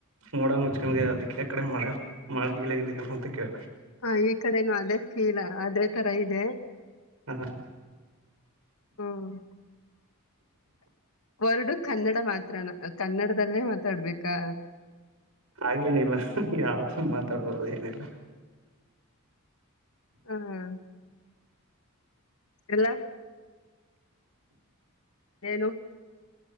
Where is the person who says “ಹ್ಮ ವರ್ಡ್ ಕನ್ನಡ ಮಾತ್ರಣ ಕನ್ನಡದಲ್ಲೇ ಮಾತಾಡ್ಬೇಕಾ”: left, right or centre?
Left